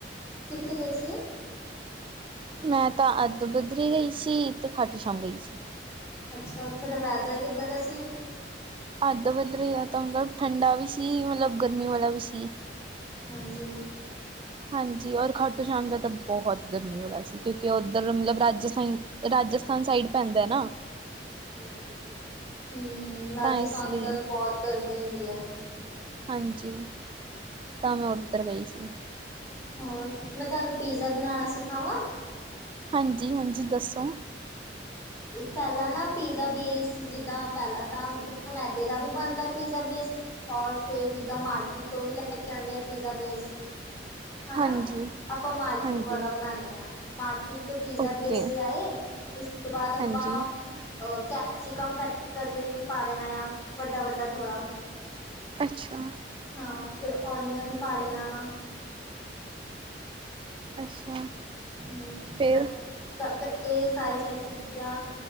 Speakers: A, on the left (about 20°); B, on the right (about 30°).
A: ਕਿਤੇ ਗਏ ਸੀ?
B: ਮੈਂ ਤਾਂ ਅੱਧ ਬੱਧਰੀ ਗਈ ਸੀ ਤੇ ਖਾਟੂ ਸ਼ਾਮ ਗਈ ਸੀ।
A: ਅੱਛਾ ਉੱਥੇ ਦਾ ਵੈਦਰ ਕਿੱਦਾਂ ਦਾ ਸੀ।
B: ਅੱਧ ਪੱਧ ਰ ਦਾ ਤਾਂ ਮਤਲਬ ਠੰਡਾ ਵੀ ਸੀ ਮਤਲਬ ਗਰਮੀ ਵਾਲਾ ਵੀ ਸੀ।
A: ਹਾਂਜੀ।
B: ਹਾਂਜੀ, ਔਰ ਖੱਟੋ ਸ਼ਾਮ ਦਾ ਤਾਂ ਬਹੁਤ ਗਰਮੀ ਹੋਣਾ ਸੀ, ਕਿਉਂਕਿ ਉੱਧਰ ਮਤਲਬ ਰਾਜਸਥਾਨ। ਰਾਜਸਥਾਨ ਸਾਈਡ ਪੈਂਦਾ ਨਾ।
A: ਹੂੰ, ਰਾਜਸਥਾਨ
B: ਤਾਂ ਇਸ ਲਈ
A: ਤਾਂ ਬਹੁਤ ਗਰਮੀ ਹੁੰਦੀ ਹੈ।
B: ਹਾਂਜੀ, ਤਾਂ ਮੈਂ ਉੱਧਰ ਗਈ ਸੀ।
A: ਹੋਰ, ਮੈਂ ਤੁਹਾਨੂੰ ਪੀਜ਼ਾ ਬਣਾਉਣਾ ਸਿਖਾਵਾਂ।
B: ਹਾਂਜੀ- ਹਾਂਜੀ ਦੱਸੋ।
A: ਪਹਿਲਾਂ ਨਾ ਪੀਜ਼ਾ ਬੇਸ, ਜਿੱਦਾਂ ਪਹਿਲਾਂ ਤਾਂ ਮੈਦੇ ਦਾ ਵੀ ਬਣਦਾ ਪੀਜ਼ਾ ਬੇਸ। ਔਰ ਫੇਰ ਜਿੱਦਾਂ ਮਾਰਕੀਟ ਤੋਂ ਵੀ, ਲੈ ਕੇ ਆਉਂਦੇ ਆ, ਪੀਜ਼ਾ ਬੇਸ। ਹਨਾ,
B: ਹਾਂਜੀ,
A: ਆਪਾਂ ਮਾਰਕੀਟ
B: ਹਾਂਜੀ
A: ਵਾਲਾ ਬਣਾਦੇ ਹਾਂ। ਮਾਰਕੀਟ ਤੋਂ ਪੀਜ਼ਾ
B: ਓਕੇ
A: ਬੇਸ ਲਿਆਏ। ਤੋ ਬਾਦ ਅਪਾ
B: ਹਾਂਜੀ
A: ਅ ਕੈਪਸੀਕਮ ਕੱਟ ਕਰਕੇ ਪਾ ਲੈਣਾ ਆ ਵੱਡਾ- ਵੱਡਾ ਥੋੜ।
B: ਅੱਛਾ।
A: ਹਾਂ ਫੇਰ ਓਨੀਅਨ ਪਾ ਲੈਣਾ।
B: ਅੱਛਾ।
A: ਹੂੰ।
B: ਫੇਰ
A: ਇਹ ਕ ਸਾਰੀ- ਸਾਰੀ ਚੀਜ਼ਾਂ